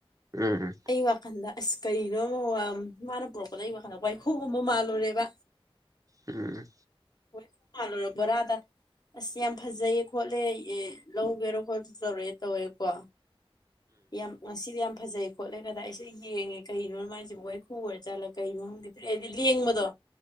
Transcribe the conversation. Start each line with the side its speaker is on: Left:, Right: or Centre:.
Right: ꯎꯝ ꯎꯝ
Left: ꯑꯩ ꯋꯥꯈꯜꯗ ꯑꯁ ꯀꯩꯅꯣ ꯑꯃ ꯃꯥꯅ ꯄꯨꯔꯛꯄꯗ ꯑꯩ ꯋꯥꯈꯜꯗ ꯋꯥꯏꯈꯨꯒꯨꯝꯕ ꯃꯥꯜꯂꯨꯔꯦꯕ
Right: ꯎꯝ
Left: <unintelligible> ꯑꯁ ꯌꯥꯝ ꯐꯖꯩꯌꯦ ꯈꯣꯠꯂꯦ ꯂꯧꯒꯦꯔꯣ ꯈꯣꯠꯄ ꯇꯧꯔꯛꯑꯦ ꯇꯧꯋꯦꯀꯣ ꯌꯥꯝ ꯉꯁꯤꯗꯤ ꯌꯥꯝ ꯐꯖꯩ ꯈꯣꯠꯂꯦ ꯀꯗ ꯑꯩꯁꯦ ꯌꯦꯡꯉꯦ ꯀꯩꯅꯣ ꯃꯥꯏꯁꯤꯕꯨ ꯋꯥꯏꯈꯨ ꯑꯣꯏꯔ ꯆꯠꯂꯒ ꯀꯩꯅꯣꯝꯗꯤ ꯍꯥꯏꯗꯤ ꯂꯦꯡꯕꯗꯣ